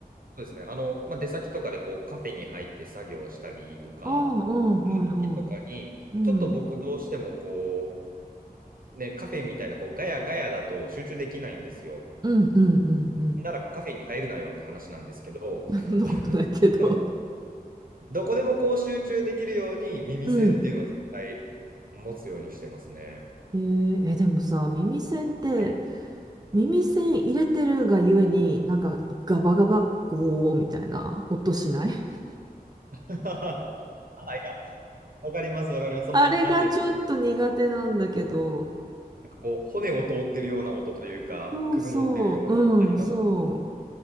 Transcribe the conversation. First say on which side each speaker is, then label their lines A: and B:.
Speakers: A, on the right (about 65°); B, on the right (about 25°).
A: そうですね。あの、まあ、出先とかでこうカフェに入って作業したりとか、
B: ああ、うん、はいは
A: そういう時とかに、
B: い。うん。
A: ちょっと僕どうしてもこう、ね、カフェみたいなこうガヤガヤだと集中できないんですよ。
B: うんうんうんうん。
A: ならカフェに入るなよって話なんですけど、
B: <laughs> そんなことないけど。
A: <laughs> その、どこでもこう集中できるように耳栓っていうのは絶対
B: うん。
A: 持つようにしてますね。
B: えー、え、でもさ、耳栓って、
A: <laughs>
B: 耳栓入れてるがゆえに、なんかガバガバゴーみたいな音しない <laughs>
A: はい、いや、わかります、わかります。そんな、
B: あれがちょっと苦手なんだけど、
A: なんていうこう、骨を通ってるような音というか、
B: そうそう、
A: くぐもってるような、
B: うん、
A: あります。
B: そ